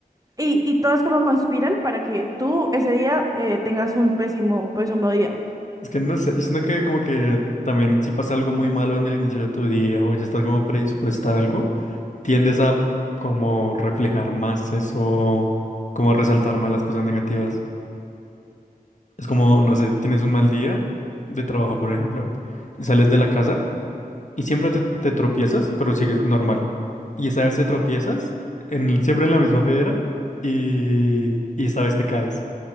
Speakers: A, on the right; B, on the left.
A: Y, y todas como conspiran para que tú ese día eh, tengas un pésimo, pésimo día.
B: Es que no sé, yo siento que como que también si pasa algo muy malo en el inicio de tu día o ya estás como predispuesta a algo. tiendes a como reflejar más eso, como a resaltar más las cosas negativas. Es como, no sé, tienes un mal día de trabajo, por ejemplo, y sales de la casa y siempre te, te tropiezas, pero sigues normal. Y esa vez te tropiezas en, el- siempre en la misma piedra y, y esta vez te caes.